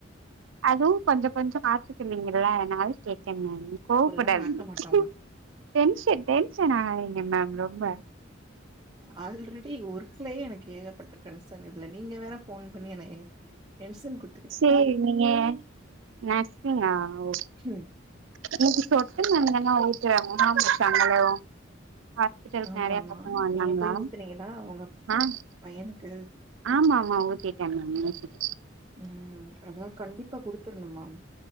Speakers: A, on the right (about 80°); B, on the right (about 25°).
A: அதுவு கொஞ்சோ கொஞ்சோ ஆத்துகுவீங்கள்ள அதுனால கேட்டே மேம் நீங்க கோவப்படாதீங்க
B: இப்டில்லா பாக்க மாட்டோமா
A: டென்ஷு டென்ஷன் ஆகாதீங்க மேம் ரொம்ப
B: ஆல்ரெடி ஒர்க்குலயே எனக்கு ஏகப்பட்ட டென்ஷன் இதுல்ல நீங்க வேற ஃபோன் பண்ணி எனய டென்ஷன் குடு
A: சேரி நீங்க நர்சீங்கா ஓ
B: ம்
A: இன்னைக்கி சொட்டு மருந்தல்லா ஊத்துற முகாம் வச்சாங்களோ அ ஊத்தர்க்கு
B: ஆமாமா
A: நெறையா பசங்க வந்தாங்களா
B: நீங்க போய் ஊத்துனீங்கன்னா உங்க
A: ஆ
B: பையனுக்கு
A: ஆமா ஆமா ஊத்திட்டே மேம் ஊத்திட்டே
B: ம் அதா கண்டிப்பா குடுத்தரணுமாம்